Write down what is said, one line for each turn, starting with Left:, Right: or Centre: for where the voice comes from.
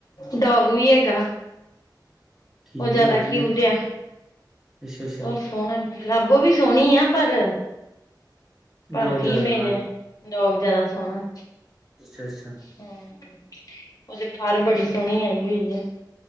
Left: ਡੋਗ ਵੀ ਹੈਗਾ
Centre: ਠੀਕ
Left: ਉਹ ਜ਼ਿਆਦਾ
Centre: ਆ ਵਧੀਆ
Left: ਕੀਊਟ ਆ,
Centre: ਅੱਛਾ ਅੱਛਾ
Left: ਉਹ ਸੋਹਣਾ, ਰੱਬੋ ਵੀ ਸੋਹਣੀ ਆ, ਪਰ ਪਰ
Centre: ਗਾਓ ਜ਼ਿਆਦਾ
Left: ਫੀਮੇਲ
Centre: ਸੋਹਣਾ
Left: ਆ, ਡੋਗ ਜਿਆਦਾ ਸੋਹਣਾ
Centre: ਅੱਛਾ- ਅੱਛਾ
Left: ਹਮ, ਉਹਦੇ ਫਰ ਬੜੀ ਸੋਹਣੀ ਆਈ ਹੋਈ ਹੈ